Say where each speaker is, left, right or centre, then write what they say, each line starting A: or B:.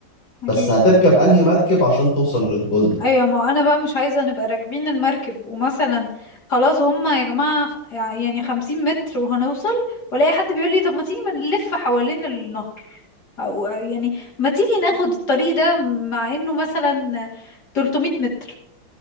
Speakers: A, on the left; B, on the left.
A: اكيد
B: بس هتركب أنهي مركب عشان توصل للجول ده
A: ايوه ما انا بقى مش عايزه نبقى راكبين المركب ومثلا خلاص هما يا جماعه يعني خمسين متر وهنوصل والاقي حد بيقول لي طب ما تيجي ما نلف حوالين النهر او يعني ما تيجي ناخد الطريق ده مع انه مثلا 300 متر